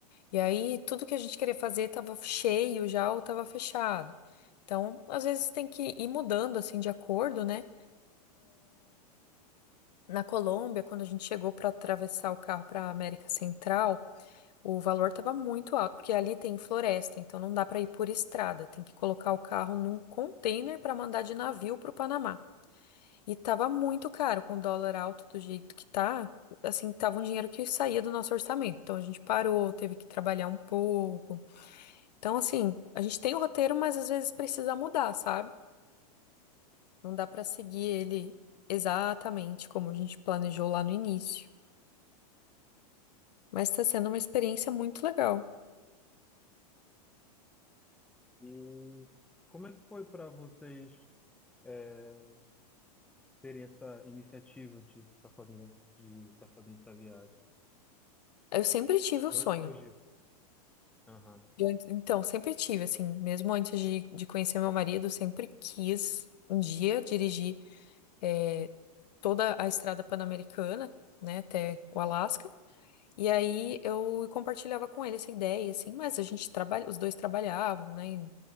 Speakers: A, on the left; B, in the centre.
A: e aí tudo que a gente queria fazer estava cheio já ou estava fechado. Então, às vezes tem que ir mudando, assim, de acordo, né? Na Colômbia, quando a gente chegou para atravessar o carro para América Central, O valor estava muito alto, porque ali tem floresta, então não dá para ir por estrada, tem que colocar o carro num container para mandar de navio para o Panamá. E estava muito caro, com o dólar alto do jeito que tá, assim, tava um dinheiro que saía do nosso orçamento. Então a gente parou, teve que trabalhar um pouco. Então assim, a gente tem o roteiro, mas às vezes precisa mudar, sabe? Não dá para seguir ele exatamente como a gente planejou lá no início. Mas está sendo uma experiência muito legal.
B: E como é que foi para vocês? é, terem essa iniciativa de estar fazendo, de tá fazendo essa viagem?
A: Eu sempre tive o
B: De
A: sonho,
B: onde surgiu? Aham,
A: de antes- Então, sempre tive, assim, mesmo antes de, de conhecer meu marido, sempre quis um dia dirigir eh, toda a estrada pan-americana, né, até o Alasca. E aí eu compartilhava com ele essa ideia, assim, mas a gente trabalha, os dois trabalhavam, né, em